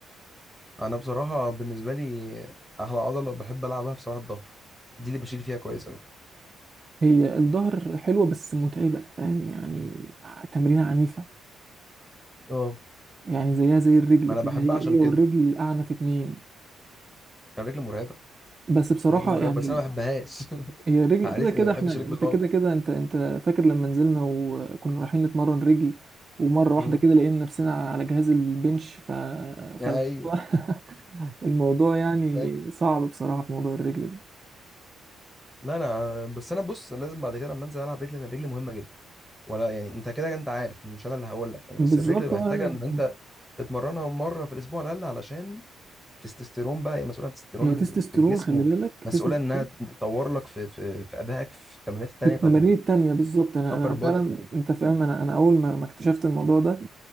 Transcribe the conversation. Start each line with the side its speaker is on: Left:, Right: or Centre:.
Centre: انا بصراحة بالنسبة لي احلى عضلة بحب العبها بصراحة الظهر دي اللي بشيل فيها كويس قوي
Right: هي الظهر حلوة بس متعبة فاهم يعني ع- تمرينة عنيفة
Centre: اه
Right: يعني زيها زي الرجل
Centre: انا
Right: كده
Centre: بحبها
Right: هي
Centre: عشان
Right: هي
Centre: كده
Right: والرجل أعنف اتنين
Centre: انا رجلي مرعبة
Right: بس بصراحة
Centre: رجلي مرعبة
Right: يعني
Centre: بس انا ما بحبهاش <laughs>
Right: هي الرجل
Centre: انت عارفني
Right: كده كده
Centre: ما بحبش
Right: احنا انت
Centre: رجلي خالص
Right: كده كده انت انت فاكر لما نزلنا وكنا رايحين نتمرن رجل ومرة واحدة
Centre: امم
Right: كده لقينا نفسنا على جهاز البنش ف... فالموضوع
Centre: ايوه
Right: <laughs> الموضوع يعني
Centre: فاكر
Right: صعب بصراحة في موضوع الرجل ده
Centre: لا انا بس انا بص انا لازم بعد كده لما انزل العب رجلي انا رجلي مهمة جدا ولا يعني انت كده كده انت عارف مش انا اللي هقول لك يعني
Right: بالظبط
Centre: بس الرجل محتاجه
Right: اه لا،
Centre: ان انت تتمرنها مره في الاسبوع على الاقل علشان التستوستيرون بقى هي مسؤوله عن التستوستيرون
Right: هي
Centre: ال-
Right: تستوستيرون
Centre: في الجسم
Right: خلي بالك
Centre: مسؤوله
Right: تستوستيرون
Centre: انها تطور لك في في في ادائك في التمرينات التانيه
Right: في التمارين
Centre: بتاعت
Right: التانية بالظبط انا
Centre: الابر
Right: انا
Centre: بودي
Right: فعلا انت فاهم انا انا اول ما ما اكتشفت الموضوع ده